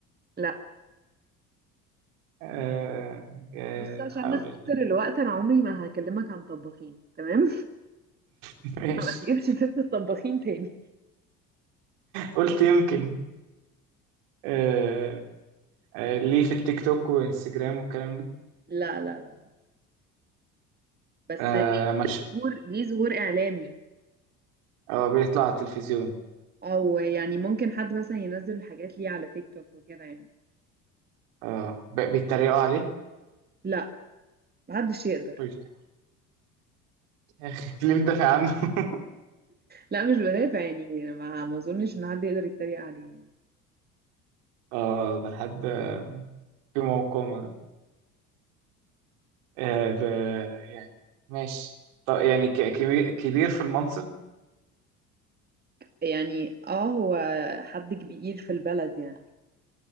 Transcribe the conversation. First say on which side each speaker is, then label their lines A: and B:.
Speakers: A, on the right (about 20°); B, on the right (about 60°).
A: لا
B: آه آه
A: بص عشان
B: حول
A: نختصر
B: الله
A: الوقت انا عمري ما هكلمك عن طباخين تمام
B: <laughs> ماشي
A: <laughs> ما تجيبش سيرة الطباخين تاني
B: قلت يمكن آه آه ليه في التيك توك وانستجرام والكلام ده
A: لا لا لا بس
B: آه
A: ليه
B: مش
A: ليه ظهور ليه ظهور اعلامي
B: اه بيطلع على التلفزيون
A: او يعني ممكن حد مثلا ينزل حاجات ليه على تيك توك وكده يعني
B: اه ب- بيتريقوا عليه
A: لا محدش يقدر
B: <laughs> يا اخي ليه بتدافع عنه <laughs>
A: لا مش بدافع يعني ما ما اظنش ان حد يقدر يتريق عليه
B: اه ده حد في موقعه آه ب... يعني ماشي طب يعني ك... كبير كبير في المنصب
A: يعني اه هو حد كبير في البلد يعني